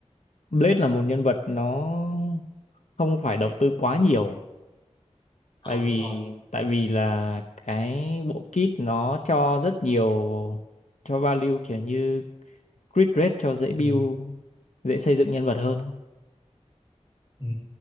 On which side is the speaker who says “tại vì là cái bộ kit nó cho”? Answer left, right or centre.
Left